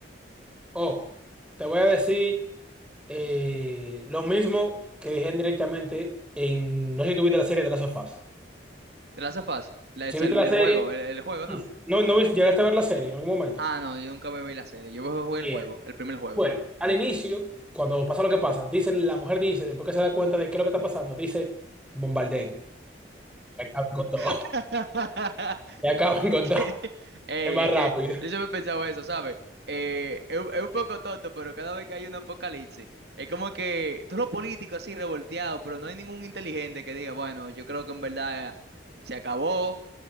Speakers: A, in the centre; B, on the right.
A: oh, te voy a decir eh, lo mismo que dije directamente en, no sé si tuviste la serie de las sofás.
B: ¿Te la hace fácil? La-
A: Si
B: El,
A: viste la
B: el
A: serie,
B: juego, el el juego, ¿no?
A: No, no vis- llegaste a ver la serie en algún momento.
B: Ah, no, yo nunca me vi la serie. Yo jugué
A: Bien.
B: el juego, el primer juego.
A: Bueno, al inicio, cuando pasa lo que pasa, dicen, la mujer dice, después que se da cuenta de qué es lo que está pasando, dice, bombardeen, y acaben con todo,
B: <laughs>
A: <laughs> y acaben
B: Es
A: con
B: que,
A: todo,
B: ey,
A: es más
B: es
A: rápido.
B: que
A: <laughs>
B: yo siempre he pensado eso, ¿sabes? Eh, es, un es un poco tonto, pero cada vez que hay un apocalipsis, es como que todos los políticos así revolteados, pero no hay ningún inteligente que diga, bueno, yo creo que en verdad se acabó,